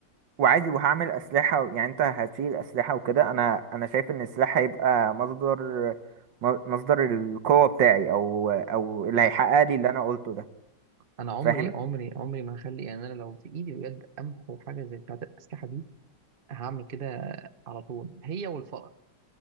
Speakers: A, on the right; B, on the right.
A: وعادي وهعمل اسلحة يعني انت هتشيل اسلحة وكده انا انا شايف ان السلاح هيبقى مصدر م- مصدر القوة بتاعي او او اللي
B: لا،
A: هيحقق لي اللي انا قلته ده
B: انا عمري
A: فاهم
B: عمري عمري ما هخلي يعني انا لو في ايدي بجد امحو حاجة زي بتاعة الأسلحة دي هعمل كده على طول هي والفقر